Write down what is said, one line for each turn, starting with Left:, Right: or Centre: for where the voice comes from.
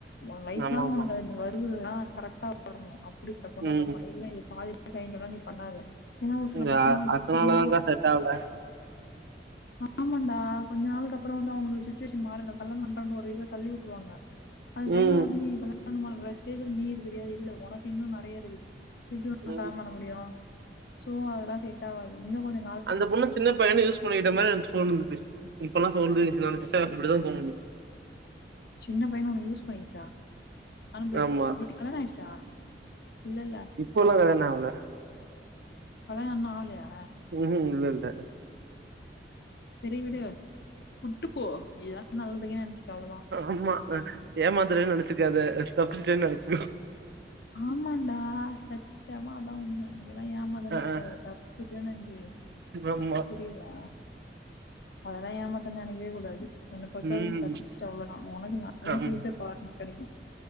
Left: உ லைஃப்
Right: ஆமா
Left: லாங்
Right: ஆமா
Left: உனக்கு அது வருதுன்னா கரெக்டா வரனு அப்டிபட்ட பொண்ண
Right: ம்
Left: லவ் பண்ணனு இல்ல இது பாதி கயன்டுனா நீ பண்ணாத ஏனா ஒரு சில
Right: இந்த
Left: பசங்களா
Right: அ அதனாலதான்க்கா
Left: டிப்ளமோ
Right: செட் ஆகல
Left: ஆமாண்டா கொஞ்ச நாளுக்கு அப்றோ வந்து அவுங்களுக்கு சுச்சுவேஷன் மாறிடு கல்யாணோ பண்றோன்னு ஒரு இதுல தள்ளி விட்ருவாங்க அந்த டைம்ல
Right: ம்
Left: வந்து நீ கல்யாண பண்ற ஸ்டேஜ்ல நீ இருக்கிறீயா இல்ல ஒனக்கு இன்னு நெறைய இருக்குது எப்டி ஒன்னால
Right: ம்
Left: கல்யாணோ பண்ண முடியு சோ அதெல்லா செட் ஆவாது இன்னு கொஞ்சோ
Right: அந்த பொண்ணு சின்ன பையனு யூஸ் பண்ணிகிட்ட மாரி எனக்கு தோணுது இப்பெல்லா தோணுது நெனச்சா இப்டிதா தோணுது
Left: சின்ன பையனு ஒண்ண யூஸ் பண்ணிருச்சா, அனுபவிக்கு
Right: ஆமா
Left: விடு, கல்யாண ஆயிடுச்சா? இல்லல்ல
Right: இப்போல்லா கல்யாண ஆவல
Left: கல்யாணோ இன்னு ஆவலயா
Right: ம்கும் இல்ல இல்ல
Left: செரி விடு வுட்டு போ இதா நல்லதுங்கினு நெனச்சுக்கோ அவ்ளோதா
Right: ஆமா, அ ஏமாந்துடேன்னு நெனச்சுக்காத தப்பிச்சுட்டேன்னு நெனச்சுக்கோ
Left: ஆமாண்டா சத் தியமா அதா உண்ம நீயெல்லா ஏமாந்துடேனு
Right: அ
Left: நெனக்காத,
Right: ஆ
Left: தப்பிச்சோனு நெனச்சுக்க
Right: ஆமா
Left: புரியுதா, அதெல்லா ஏமாத்தனு நெனக்கவே கூடாது என்ன பொறுத்த
Right: ம்
Left: அளவுக்கு நீ தப்பிச்சிட அவ்ளோதா ஒனக்கு நல்ல
Right: ஆமா
Left: ஃபியூச்சர் பாட்னர் கெடைக்கு